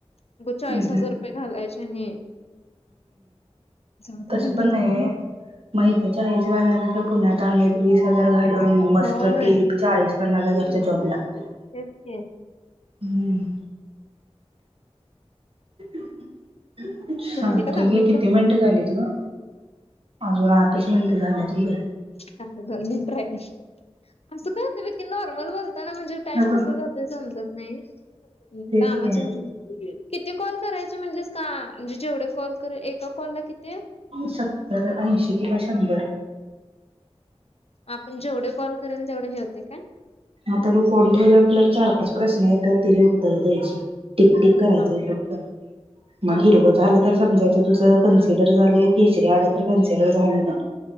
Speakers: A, on the left (about 65°); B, on the right (about 60°).
A: उगचं चाळीस
B: हम्म
A: हजार रुपये घालायचे आणि. जाऊ दे
B: तस
A: म्हणले
B: पण नाहीये,
A: म्हणून
B: मग इथ चाळीस घालण्यापेक्षा. कुना थांब एक वीस हजार घालून मस्त
A: होय
B: तीस, चाळीस, पन्नास हजारचा जॉब लागतोय.
A: तेच की
B: हम्. <unintelligible> सांगतोय
A: झाले का दहा
B: घे
A: मिनिटं
B: किती मिनटं झालीत गं. अजून आठच मिनटे झाल्यात. ग बाई.
A: अगं दोन मिनिटं राहिल्यात. असं का होतंय बग की नॉर्मल ताना म्हणजे टाइम
B: हे बघ
A: कसलं जातंय समजत व्हेज. हम्
B: तेच
A: कामाच
B: की.
A: किती कॉल करायचे म्हणलीस का म्हणजे जेवढे कॉल कर एका कॉलला किती.
B: सत्तर ऐंशी किंवा शंभर.
A: आपण जेवढे कॉल करेल तेवढे हे होतेयं काय
B: आता तू फोन ठेवल्यावर आपल्यात चार पाच प्रश्न येत्यात त्याची उत्तरं द्यायची. टिकटक करायचंय
A: हा
B: फक्त मग
A: हा
B: हिरव
A: हा
B: झालं तर समजायचं तुझं कन्सिडर झालंय केचरी आले तर कन्सिडर झाले ना..